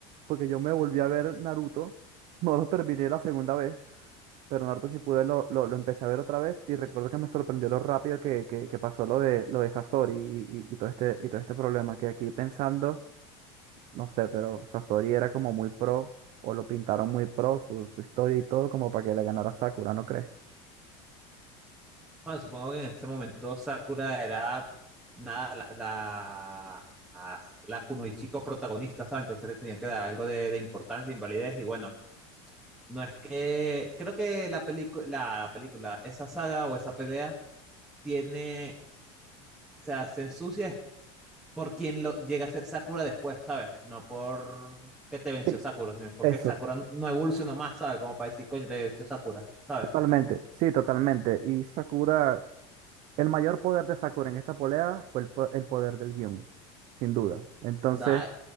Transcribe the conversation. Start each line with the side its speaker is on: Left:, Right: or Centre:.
Right: porque yo me volví a ver Naruto, <laughs> no lo terminé la segunda vez, pero Naruto Shippuden lo, lo, lo empecé a ver otra vez y recuerdo que me sorprendió lo rápido que, que, que pasó lo de, lo de Sasori y, y, y todo este, y todo este problema, que aquí pensando... No sé, pero Sasori era como muy pro, o lo pintaron muy pro, su, su historia y todo, como para que le ganara Sakura, ¿no crees?
Centre: Bueno, supongo que en ese momento Sakura era nada, la, la, la la Kunoichiko protagonista, ¿sabes? Entonces le tenía que dar algo de, de importancia, invalidez, y bueno, no es que, creo que la película, la, la película, esa saga o esa pelea tiene, o sea, se ensucia es por quien lo llega a ser Sakura después, ¿sabes? No por que te venció
Right: Sí,
Centre: Sakura, sino porque
Right: eso,
Centre: Sakura no evolucionó más, ¿sabes? Como para decir, coño, te venció Sakura, ¿sabes?
Right: totalmente, sí, totalmente. Y Sakura, el mayor poder de Sakura en esta pelea fue el, po- el poder del guión, sin duda. Entonces,
Centre: No,